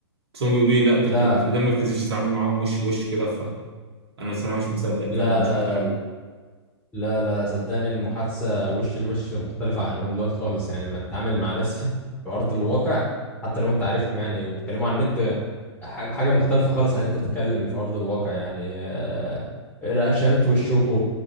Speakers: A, on the right; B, in the centre.
A: بس هم بيقولوا لي لا انت
B: لا
A: بت... لما ما بتنزلش تتعامل معاهم وش لوش كده فانا الصراحه مش مصدق الكلام
B: لا
A: ده ومش
B: لا
A: مقتنع بيه
B: لا لا صدقني المحادثة وش لوش مختلفة عن اونلاين خالص يعني لما تتعامل مع ناس في في ارض الواقع حتى لو انت عارفهم يعني وتتكلموا عن النت ح- حاجة مختلفة خالص عن انت تتكلم في ارض الواقع يعني آه، رياكشنات وشكوا